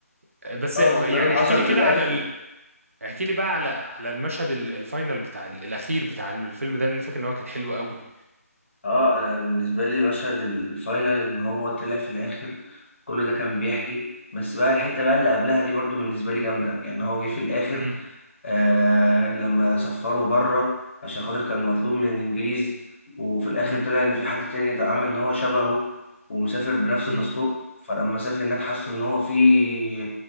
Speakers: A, on the right; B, on the left.
A: آه، بس
B: اه
A: يعني
B: ده اللي حصل
A: احكي لي
B: في
A: كده
B: الاخر
A: على ال... احكي لي بقى على على المشهد ال- الفاينل بتاع ال- الاخير بتاع الفيلم ده لأن انا فاكر ان هو كان حلو قوي
B: اه انا بالنسبه لي مشهد الفاينل ان هو طلع في الاخر كل ده كان بيحكي بس بقى الحته بقى اللي قبلها دي برضو بالنسبه لي جامده يعني هو جه في الاخر
A: امم
B: آه لما سفروا بره عشان خاطر كان مطلوب من الانجليز وفي الاخر
A: امم
B: طلع ان في حد تاني اتعامل ان هو شبهه ومسافر بنفس
A: امم
B: الباسبور فلما سافر هناك حسوا ان هو في